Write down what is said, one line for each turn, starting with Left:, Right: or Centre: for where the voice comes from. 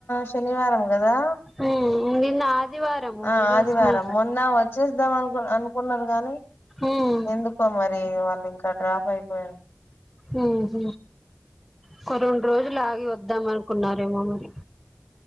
Left: శనివారం గదా.
Centre: ఉమ్ నిన్న ఆదివారము
Left: ఆ
Centre: ఈరోజు
Left: ఆదివారం
Centre: మా
Left: మొన్న వచ్చేసద్దాం అనుకున్ అనుకున్నారు గానీ.
Centre: ఉమ్
Left: ఎందుకో మరి వాళ్ళు ఇంకా డ్రాప్ అయిపోయిన్
Centre: ఉహుహ్ ఒక రెండు రోజులు ఆగి వద్దాం అనుకున్నారేమో మరి.